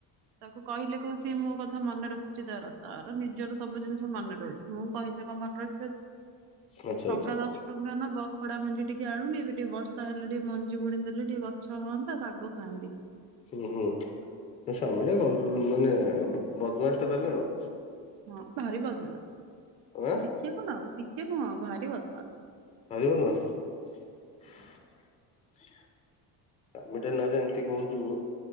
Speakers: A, on the right (about 75°); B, on the left (about 20°).
A: ତାକୁ କହିଲେ କୋଉ ସିଏ ମୋ କଥା ମନେ ରଖୁଛି ତାର, ତାର ନିଜର ସବୁ ଜିନିଷ ମନେ ରହୁଛି, ମୁଁ କହିଲେ କଣ ମନେରହି <inaudible>
B: ଆଚ୍ଛା
A: ଟଙ୍କା,
B: ଆଚ୍ଛା
A: ଦଶ ଟଙ୍କା ନବ, ଖଡା ମଞ୍ଜି ଟିକେ ଆଣୁନି ଏବେ ଟିକେ ବର୍ଷା ହେଲେ ଟିକେ ମଞ୍ଜି ବୁଣି ଦେଲେ ଟିକେ ଗଛ ହୁଅନ୍ତା ତାକୁ ଖାଆନ୍ତି।
B: ହୁଁ, ହୁଁ, ସ୍ଵାମୀଟା ଗଲଉ ମାନେ ବଦମାସ ଟା ତାହେଲେ ଆଉ
A: ହଁ ଭାରି ବଦମାସ,
B: ଆଁ
A: ଟିକେ କଣ ଟିକେ ନୁହଁ, ଭାରି ବଦମାସ।
B: ହାରିବ ନାହିଁ <unintelligible> ସ୍ବାମୀତା ନାରେ ଏମିତି କହୁଛୁ